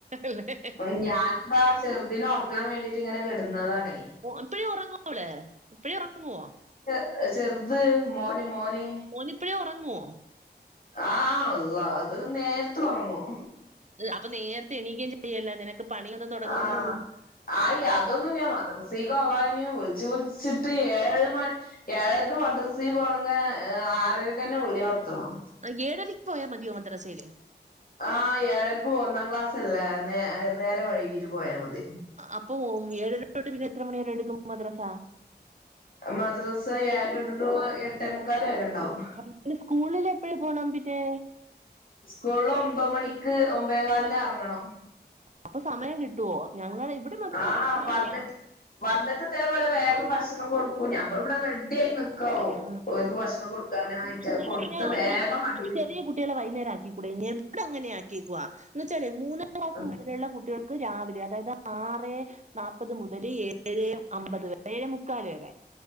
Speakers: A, on the right (about 45°); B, on the left (about 55°).
A: അല്ലെ
B: അപ്പം ഞാനിതാ ചെറുദിനെ ഉറക്കാൻ വേണ്ടിട്ട് ഇങ്ങനെ കിടുന്നതാണേ
A: ഇപ്പഴേ ഉറങ്ങുള്ളൂ ല്ല ഇപ്പഴേ ഒറങ്ങുവോ
B: ഏഹ് ചെറുത് മോന് മോന്
A: മോനിപ്പഴേ ഒറങ്ങോ
B: ആഹ് അള്ളാ അത് നേരത്തെ ഒറങ്ങും.
A: അപ്പൊ നേരത്തെ എണീക്കും ചെയ്യല്ലേ നിനക്ക് പണിയൊന്നും തുടങ്ങുന്നു
B: ആഹ് ആയി അതൊന്നും ല്യമ മദ്രസീക്ക് പോവാൻ വിളിച്ച് വിളിച്ചിട്ട് ഏഴ് മ ഏഴരക്ക് മദ്രസീ പോണങ്കി ആറരക്ക് തന്നെ വിളി തൊട്ങ്ങണം.
A: ആഹ് ഏഴരക്ക്പോയ മതിയോ മദ്രസയില്
B: ആ ഏഴരക്ക് ഒന്നാം ക്ലാസ് അല്ലേ നേ നേരെ വയ്കീട്ട് പോയാൽ മതി.
A: അപ്പൊ ഏഴര തൊട്ടക്ക് എത്ര മണി വരെ എടുക്കും മദ്രസ
B: മദ്രാസ ഏഴര തൊട്ടിട്ട് എട്ടെ മുക്കാല് വരെണ്ടാവും.
A: അപ്പോ സ്കൂളിൽ എപ്പഴാ പോണം പിന്നെ
B: സ്കൂളില് ഒമ്പത് മണിക്ക് ഒമ്പേകാലിന് അറങ്ങണം.
A: അപ്പൊ സമയം കിട്ടുവോ ഞങ്ങള് ഇവിടെ മാത്രം
B: ആഹ്
A: അങ്ങനെയാ.
B: പത്ത് വന്നിട്ട് ഇതേപോലെ വേഗം ഭക്ഷണം കൊടുക്കും ഞമ്മള് ഇവിടെ റെഡി ആയി നക്കാവും
A: ആ,
B: ഓൽക്ക് ഭക്ഷണം കൊടുക്കാനായിട്ടാ
A: എന്നാ
B: കൊടുത്ത്
A: പിന്നെ
B: വേഗം വണ്ടി വരും
A: ചെറിയ കുട്ടികളെ വൈകുന്നേം ആക്കിക്കൂടെ എവിടക്കങ്ങനെ ആക്കിക്കുവാ എന്ന് വച്ചാല് മൂന്നാം ക്ലാസ്
B: നിക്കും
A: കുട്ടികൾക്ക് രാവിലെ അതായത് ആറ് നാപ്പത് മുതല് ഏഴ് അമ്പത് വരെ ഏഴേ മുക്കാല് വരെ